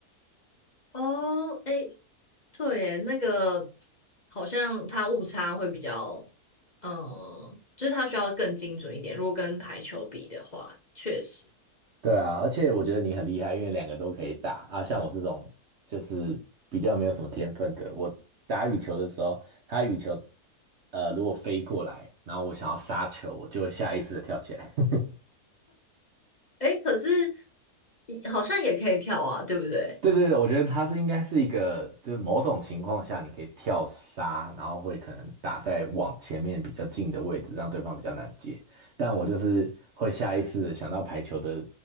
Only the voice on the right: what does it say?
对啊，而且我觉得你很厉害，因为两个都可以打啊。像我这种就是比较没有什么天分的，我打羽球的时候，它羽球呃如果飞过来，然后我想要杀球，我就会下意识的跳起来。<laughs>
对对对，我觉得它是应该是一个，就是某种情况下你可以跳杀，然后会可能打在往前面比较近的位置，让对方比较难接。但我就是会下意识的想到排球的